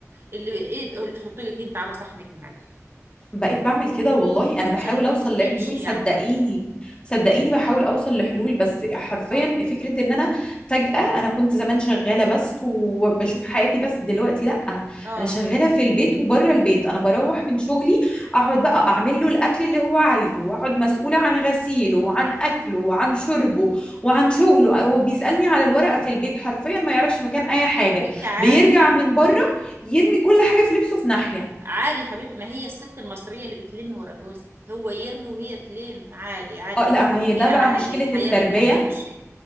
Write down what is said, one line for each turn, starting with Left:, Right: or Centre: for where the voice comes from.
Right: اللي ايه حطي لك انت على صحنك ملح
Left: بقيت بعمل كده والله انا بحاول
Right: عشان الامور
Left: اوصل
Right: تمشي
Left: لحلول
Right: يعني
Left: صدقيني صدقيني بحاول اوصل لحلول بس حرفيا
Right: اه
Left: فكرة ان انا فجأة انا كنت زمان شغالة بس وبشوف حياتي بس دلوقتي لا
Right: اه
Left: انا شغالة في البيت وبره البيت انا بروح من شغلي اقعد بقى اعمل له الاكل اللي هو عايزه واقعد مسؤولة عن غسيله وعن اكله وعن شربه وعن شغله هو بيسألني على الورقة في البيت حرفيا ما يعرفش مكان اي حاجة
Right: يا حبيبتي عادي
Left: بيرجع
Right: ما
Left: من بره
Right: ما-
Left: يرمي كل حاجة في لبسه في ناحية
Right: عادي يا حبيبتي ما هي الست المصرية اللي بتلم ورا جوزها هو يرمي وهي تلم عادي عادي
Left: اه
Right: مفيش
Left: لا ما
Right: مشكلة
Left: هي ده بقى
Right: عادي
Left: مشكلة
Right: الحياة
Left: التربية
Right: بدها تمشي